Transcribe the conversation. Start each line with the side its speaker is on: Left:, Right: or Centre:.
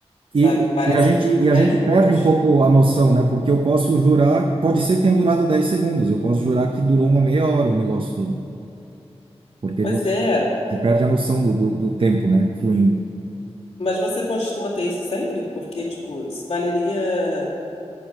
Left: sabe?
Right: E,
Left: Que parece
Right: e a gente, e
Left: 10
Right: a gente perde
Left: minutos.
Right: um pouco a noção, né? Porque eu posso jurar, pode ser que tenha durado 10 segundos, eu posso jurar que durou uma meia hora o negócio todo, porque
Left: Pois
Right: você,
Left: é,
Right: você perde a noção do, do, do tempo, né? Fluindo.
Left: mas você costuma ter isso sempre? Porque, tipo, isso valeria